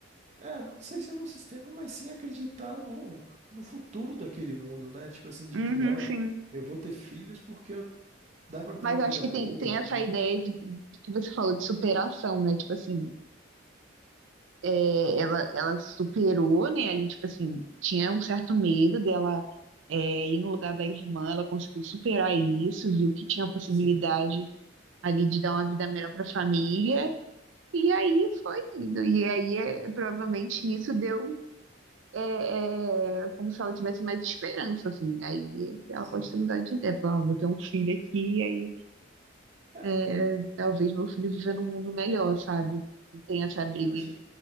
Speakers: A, on the right; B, on the right.
A: é, não sei se é no sistema, mas sim acreditar no, no futuro daquele mundo, né? Tipo assim, de
B: Uhum,
A: que não,
B: sim.
A: eu vou ter filhos porque eu- dá pra ter
B: Mas
A: uma vida
B: eu acho que
A: boa
B: tem, tem
A: aqui.
B: essa ideia de, de que você falou de superação, né? Tipo assim. é, ela, ela superou, né? Ali, tipo assim, tinha um certo medo dela é, ir no lugar da irmã, ela conseguiu superar isso, viu que tinha a possibilidade
A: Sim,
B: ali de dar uma vida melhor para a família, e aí foi indo. E aí, é, provavelmente, isso deu. é, é, como se ela tivesse mais esperança, assim. Aí ela
A: sim.
B: pode ter mudado de ideia, falar, ah, vou ter um filho aqui, e aí
A: É,
B: é, talvez meu filho viva num mundo melhor, sabe? Não tem essa
A: e
B: briga.
A: eu achei,
B: aí.